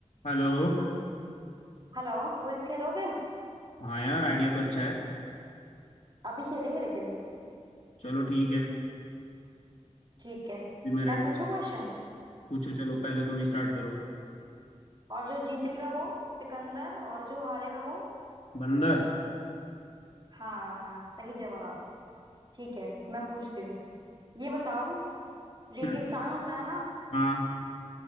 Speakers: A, on the left; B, on the right.
A: Hello
B: हेलो क्विज खेलोगे
A: हाँ यार idea तो अच्छा है
B: अभी खेलेंगे लेकिन
A: चलो ठीक है
B: ठीक है
A: भी मैं रेडी
B: मैं पूछू
A: हूँ।
B: क्वेश्चन
A: पूछो चलो पहले तुम स्टार्ट करो
B: और जो जीतेगा वो सिकंदर और जो हारेगा वो
A: बंदर
B: हाँ सही जवाब ठीक है मैं पूछती हूँ ये बताओ रेगिस्तान
A: हम्म,
B: होता है ना
A: हाँ